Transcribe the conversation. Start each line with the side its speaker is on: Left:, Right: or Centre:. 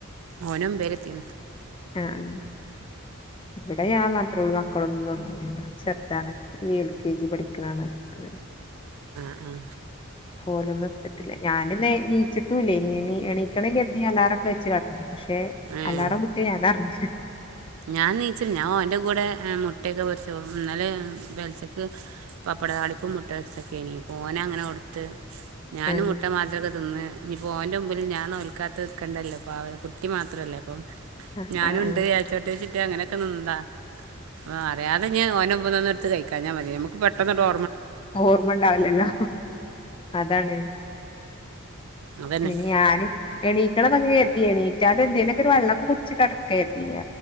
Right: ഓനൊമ്പേലെത്തി
Left: ആഹ് ആഹ് ഇവിടെ യാൻ മാത്രേ ഉള്ളൂ മക്കളൊന്നും നോറ്റിട്ടില്ല. ചെറ്താണ്. ഈ എൽ കെ ജി പഠിക്ണാണ്. അങ്ങനെ
Right: ആഹ്
Left: പോലൊന്നു ട്ത്തിട്ടില്ല. ഞാന് ന്നെ നീച്ചിട്ടുംല്ലേനി. എണീ എണീക്കണം കെര്തി ഞാ അലാറൊക്കെ വെച്ച് കടന്നു. പക്ഷെ ഏഹ്
Right: ആ
Left: അലാറം മുട്ടിയെ ഞാനറിഞ്ഞി
Right: ഞാൻ നീച്ന് ഞാൻ ഓന്റെ കൂടെ മുട്ടൊക്കെ പൊരിച്ചു. ന്നെലെ ഞാ ബെ ച്ചക്ക് പപ്പട താളിപ്പും മുട്ട ഒര്ച്ചൊക്കേനി. പോ ഓനെങ്ങനെ കൊടുത്ത്. ഞാനും
Left: ആഹ്
Right: മുട്ട മാത്രൊക്കെ തിന്ന് ഞ്ഞിപ്പോ ഓന്റെ മുമ്പിൽ ഞാൻ നോൽക്കാത്ത്ക്കണ്ടല്ലോ പാവ കുട്ടി മാത്രല്ലേ അപ്പം
Left: ആഹ്
Right: ഞാനും
Left: ആഹ്
Right: ഉണ്ട് യാര്ചോട്ടെ ചിട്ടിയ അങ്ങനെയൊക്കെ നിന്നതാ ആഹ് അറിയാതെ ഞ് ഓന്റെ മുമ്പ്ന്ന് ഒന്നും എടുത്ത് കഴിക്കാ ഞ്ഞാ മതി. നമുക്ക് പെട്ടെന്നട്ട് ഓ
Left: അഹ് ഓർമണ്ടാവ് ലല്ലോ അതാണ്
Right: അതന്നെ
Left: ഇനി യാന് എണീക്കണന്നൊക്കെ കര്തിയേണീ അ അതെന്തേലൊക്ക ഒരു വെള്ളംക്ക കുടിച്ചട്ടിടക്ക എത്തി